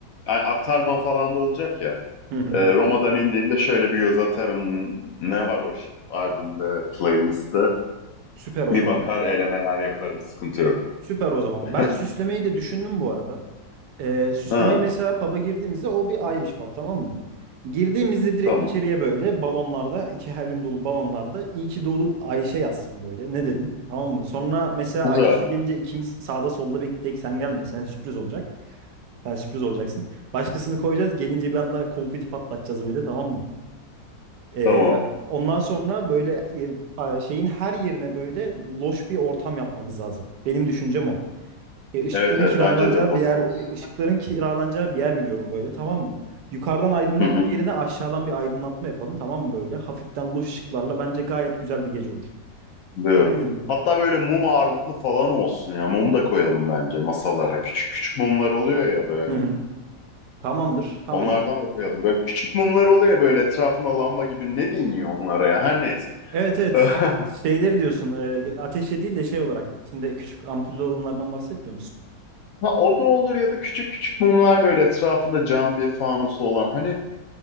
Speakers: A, on the left; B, on the right.
A: Ay, aktarman falan da olacak ya.
B: Hı hı.
A: Ee, Roma'dan indiğimde şöyle bir göz atarım. Ne var o ş- albümde, playlistte.
B: Süper o
A: Bir
B: zaman.
A: bakar elemeler yaparım. Sıkıntı yok.
B: Süper o zaman.
A: <laughs>
B: Ben süslemeyi de düşündüm bu arada. Ee, süslemeyi
A: Ha,
B: mesela pub'a girdiğimizde o bir Irish pub tamam mı? Girdiğimizde direkt
A: tamam.
B: içeriye böyle balonlarda, iki helyum dolu balonlarda iyi ki doğdun Ayşe yazsın böyle. Ne dedin? Tamam mı? Sonra mesela
A: Güzel.
B: Ayşe Su gelince ikimiz sağda solda bekleyecek. Sen gelme. Sen sürpriz olacak. Sen sürpriz olacaksın. Başkasını koyacağız. Gelince bir anda konfeti patlatacağız böyle tamam mı? Ee,
A: Tamam.
B: ondan sonra böyle e, a- şeyin her yerine böyle loş bir ortam yapmamız lazım. Benim düşüncem o. E, ışıkların
A: Evet evet
B: kiralanacağı
A: bence de Lost
B: bir yer,
A: olsun.
B: e, ışıkların kiralanacağı bir yer biliyorum böyle tamam mı? Yukarıdan aydınlatma
A: Hı hı.
B: yerine aşağıdan bir aydınlatma yapalım tamam mı böyle? Hafiften loş ışıklarla bence gayet güzel bir gece olur.
A: Diyorum.
B: Ne dedin?
A: Hatta böyle mum ağırlıklı falan olsun ya. Mum da koyalım bence masalara. Küçük küçük mumlar oluyor ya böyle.
B: Hı hı. Tamamdır, tamamdır.
A: Onlardan da koyalım. Böyle küçük mumlar oluyor ya böyle etrafında lamba gibi. Ne deniyor onlara ya? Her neyse.
B: Evet evet
A: <laughs>
B: Sen- şeyleri diyorsun e, ateşe değil de şey olarak içinde küçük ampullü olanlardan bahsetmiyor musun?
A: Ha, o da olur ya da küçük küçük mumlar böyle etrafında cam bir fanusu olan. Hani